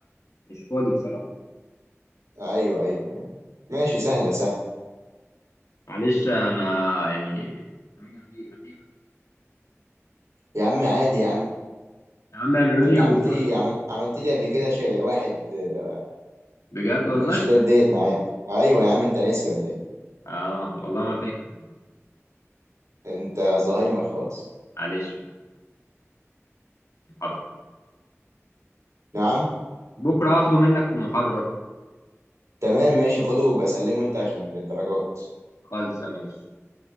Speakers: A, on the left; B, on the right.
A: مش فاضي بصراحه
B: ايوه ايوه ايوه ماشي سهله سهله
A: معلش انا يعني هاجي عليك عليك
B: يا عم عادي يا عم
A: يا عم اعملوا
B: ما
A: لي
B: انت عملت
A: و...
B: لي عملت, عملت لي قبل كده شيء واحد آه،
A: بجد والله
B: من الشتات ديت معاك ايوه يا عم انت ناسي ولا ايه
A: اه والله ما فاكر
B: انت زهايمر خالص
A: معلش شويه محاضره
B: نعم
A: بكره هاخده منك في المحاضره
B: تمام ماشي خده وبقى سلمه انت عشان الدرجات
A: خالصه ماشي